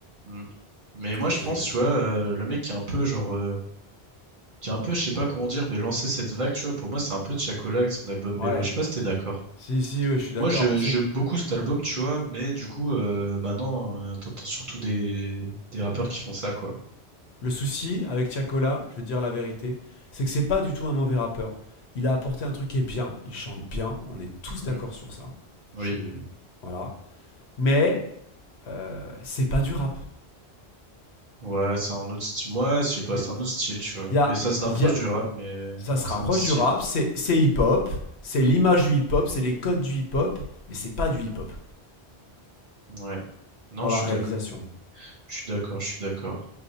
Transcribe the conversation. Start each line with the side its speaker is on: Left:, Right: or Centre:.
Right: Mm. Mais moi, je
Left: Et
Right: pense,
Left: euh,
Right: tu vois, euh, le mec qui est un peu, genre, euh, qui est un peu, je sais pas comment dire, mais lancer cette vague, tu vois, pour moi, c'est un peu Tiakola avec son album
Left: ouais,
Right: Mélo. Je sais pas si t'es d'accord.
Left: si, si, ouais, je suis
Right: Moi,
Left: d'accord.
Right: j'ai-
Left: Tu
Right: j'aime
Left: sais,
Right: beaucoup cet album, tu vois, mais du coup, euh, maintenant, euh, t'entends surtout des, des rappeurs qui font ça, quoi.
Left: Le souci avec Tiakola, je vais te dire la vérité, c'est que c'est pas du tout un mauvais rappeur. Il a apporté un truc qui est bien, il chante bien, on est tous
Right: Mm.
Left: d'accord sur ça.
Right: Oui.
Left: Je... Voilà. Mais euh, c'est pas du rap.
Right: Ouais, c'est un autre style. Ouais, je sais pas,
Left: Il
Right: c'est
Left: y
Right: un autre style, tu vois.
Left: a,
Right: Mais ça se rapproche
Left: il y a-
Right: du rap, mais
Left: ça se
Right: c'est
Left: rapproche
Right: un autre style.
Left: du rap, c'est hip-hop, c'est l'image du hip-hop, c'est les codes du hip-hop, mais c'est pas du hip-hop
Right: Ouais. Non,
Left: dans
Right: je
Left: la
Right: suis
Left: réalisation.
Right: d'accord. Je suis d'accord, je suis d'accord.